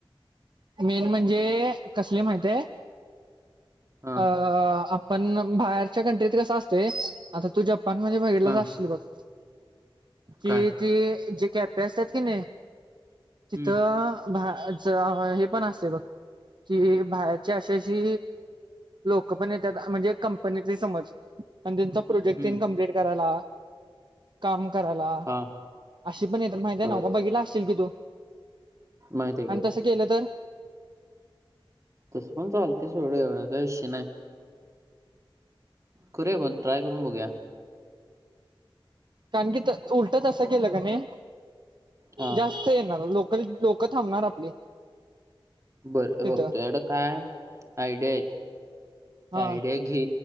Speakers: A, on the right (about 55°); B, on the right (about 35°).
A: मेन म्हणजे कसली माहिती आहे
B: हा
A: ह हा पण बाहेरच्या कंट्रीत कस असतय आता तू जपान म्हणजे बघितला
B: हा
A: च असशील असतो की
B: काय
A: ती जे. कॅफे असत्यात किनय
B: हम्म
A: तिथं भरतात हे पण असतय बघ की बाहेरचे अशे अशी लोक पण येत्यात म्हणजे कंपनीची समज आणि त्यांचा प्रोजेक्ट
B: हम्म
A: तेन कम्प्लीट चला काम करायला
B: हा
A: अशी पण येतात माहितीये
B: बर
A: नव्ह का बघितला अशील की तू
B: माहित आहे की
A: आणि तसं केलं तर
B: तसं पण चालतंय सोड एवढं काय विषय नाही करूया मग ट्राय करून बघूया
A: कारण की उलट तसं केलं कणी
B: हा
A: जास्त येणार लोक लोक थांबणार आपली
B: बरं
A: तिथं
B: बघतो एवढं काय आयडिया आहेत
A: हा
B: ते आयडिया घे